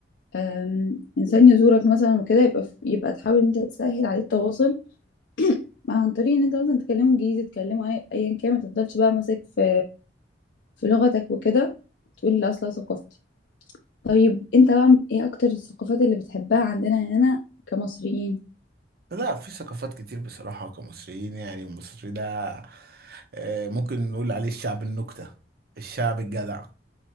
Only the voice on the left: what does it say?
آم، انسان يزورك مثلا وكده يبقى يبقى تحاول ان انت تسهل عليه التواصل مع- عن طريق ان انت مثلا تكلمه انجليزي تكلمه أي- ايا كان ما تفضلش بقى ماسك في في لغتك وكده تقول لا اصلا ثقافتي طيب انت بقى ايه اكتر الثقافات اللي بتحبها عندنا هنا كمصريين